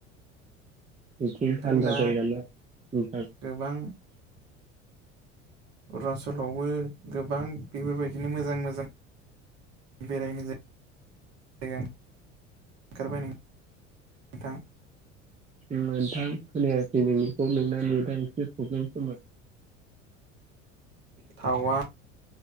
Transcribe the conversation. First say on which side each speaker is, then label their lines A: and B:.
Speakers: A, on the right (about 20°); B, on the right (about 45°).
A: बिथिं
B: नोंथां
A: थान्दा
B: दा
A: जायोना नोंथां
B: गोबां अरुणचलावबो गोबां बेफोरबायदिनो मोजां मोजां बेरायनो जाय गा ओंखारबाय नों थां
A: नोंथां खोनायाखै नोंनिखौ नोंना नेटा एसे प्रब्लेम खोमा
B: थावां